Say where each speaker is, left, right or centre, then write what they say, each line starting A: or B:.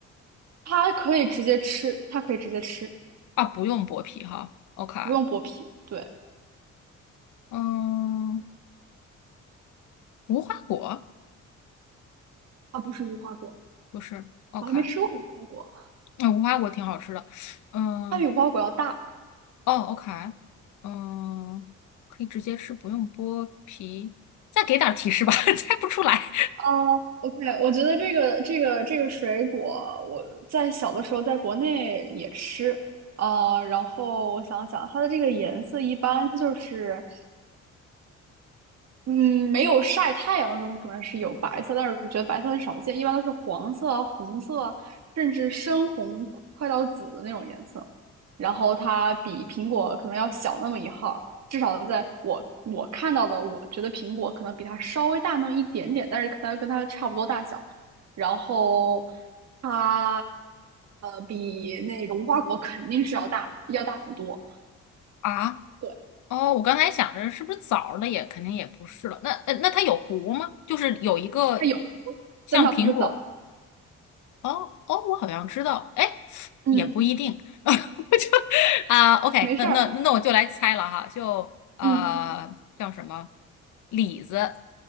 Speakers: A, on the right (about 60°); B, on the left (about 75°).
A: 它可以直接吃，它可以直接吃，
B: 啊，不用剥皮哈。OK，OK，
A: 不用剥皮。对，
B: 嗯，无花果
A: 它不是无花果，
B: 不是？OK，
A: 我还没吃过无花果，
B: 那无花果挺好吃的。嗯。
A: 它比无花果要大。
B: 哦，OK，嗯，可以直接吃，不用剥皮。再给点儿提示吧，<laughs> 猜不出来
A: 哦，OK，我觉得这个这个这个水果，我在小的时候在国内也吃，呃，然后我想想，它的这个颜色一般就是嗯，没有晒太阳的时候，它可能是有白色，但是我觉得白色很少见，一般都是黄色啊、红色啊，甚至深红快到紫的那种颜色。然后它比苹果可能要小那么一号儿至少在我我看到的，我觉得苹果可能比它稍微大那么一点点，但是可能跟它差不多大小。然后它呃比那个无花果肯定是要大，要大很多。
B: 啊。
A: 对，
B: 哦，我刚才想着是不是枣儿的也肯定也不是了。那呃那它有核吗？就是有一个
A: 它有，
B: 像苹果。
A: 但它不是枣。
B: 哦哦，我好像知道，哎，
A: 嗯，
B: 也不一定。<laughs> 我就啊，OK，
A: 没事儿。
B: 那那那我就来猜了哈，就呃叫什么
A: 嗯，
B: 李子